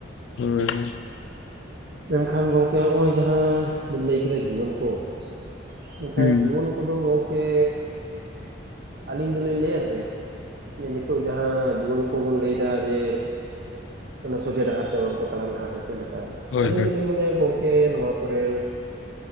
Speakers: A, on the left; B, on the right.
A: ᱦᱳᱭ ᱦᱳᱭ᱾
B: ᱢᱮᱱᱠᱷᱟᱱ ᱜᱚᱢᱠᱮ ᱱᱚᱜᱼᱚᱭ ᱡᱟᱦᱟᱸ ᱵᱤᱱ ᱞᱟᱹᱭ ᱠᱮᱫᱟ ᱡᱩᱣᱟᱹᱱ ᱠᱚ ᱢᱮᱱᱠᱷᱟᱱ
A: ᱦᱩᱸ
B: ᱡᱩᱣᱟᱹᱱ ᱠᱚᱼᱼ ᱠᱩᱫᱚ ᱜᱚᱝᱠᱮ ᱟᱹᱞᱤᱧ ᱫᱚᱞᱤᱧ ᱞᱟᱹᱭᱟ ᱥᱮ, ᱡᱮ ᱱᱤᱛᱚᱜ ᱡᱟᱦᱟᱸ ᱡᱩᱣᱟᱹᱱ ᱠᱚᱵᱚᱱ ᱞᱟᱹᱭ ᱮᱫᱟ ᱡᱮ, ᱚᱱᱟ ᱥᱚᱡᱷᱮ ᱰᱟᱦᱟᱨ ᱛᱮ ᱵᱟᱝᱠᱚ ᱛᱟᱲᱟᱢᱮᱫᱼᱟ ᱥᱮ ᱪᱮᱫ ᱞᱮᱠᱟ
A: ᱦᱳᱭ
B: ᱟᱹᱞᱤᱧ
A: ᱦᱳᱭ
B: ᱫᱚᱞᱤᱧ ᱢᱚᱱᱮᱭᱟ ᱜᱚᱝ ᱠᱮ ᱱᱚᱣᱟ ᱠᱚᱨᱮᱱ,